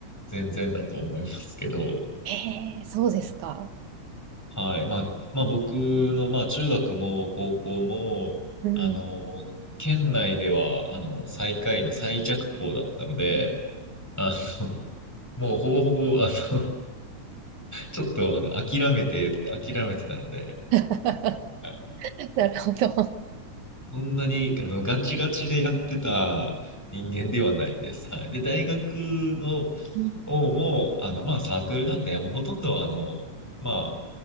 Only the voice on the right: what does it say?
ええそうですか。
うん。
<laughs>
なるほど。
うん